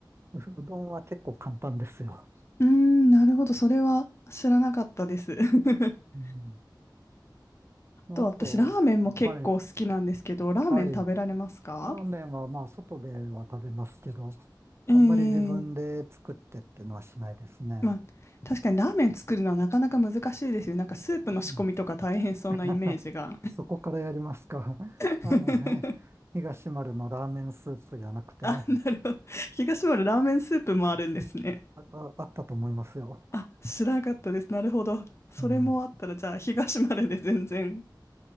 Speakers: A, on the right; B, on the left.
A: う、うどんは結構簡単ですよ。
B: うーん、なるほど。それは知らなかったです。<laughs>
A: うん。
B: あと私、
A: まあ、あと、
B: ラーメンも結構好きなんですけど、
A: はい、
B: ラーメン食べられますか
A: はい。ラーメンは、まあ、外では食べますけど、
B: えー、
A: あんまり自分で作ってってのはしないですね。
B: まあ、確かにラーメン作るのはなかなか難しいですよね。なんかスープの仕込みとか大変そうなイメージが。
A: うん <laughs> そこからやりますか。<laughs>
B: <laughs>
A: あのね、へ東丸のラーメンスープじゃなくて、
B: あ、なるほど。東丸ラーメンスープもあるんですね。
A: あ、ああったと思いますよ。
B: あ、知らなかったです。なるほど。それもあったら、
A: うん。
B: じゃあ、東丸で全然。